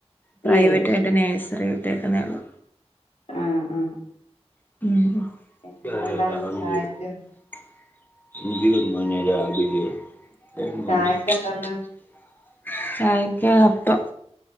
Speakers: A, on the left (about 15°); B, on the left (about 80°).
A: പ്രൈവറ്റ്
B: ഏഴ്
A: ആയിട്ട്
B: ശരി
A: നേഴ്സറി വിട്ടേക്കന്നെഉള്ളൂ.
B: ആഹ് അ
A: <unintelligible>
B: പിന്നെ എന്താണിന്ന് ചായക്ക്
A: <inaudible>
B: ചായക്ക് എന്താന്ന്
A: ചായക്കെ അപ്പം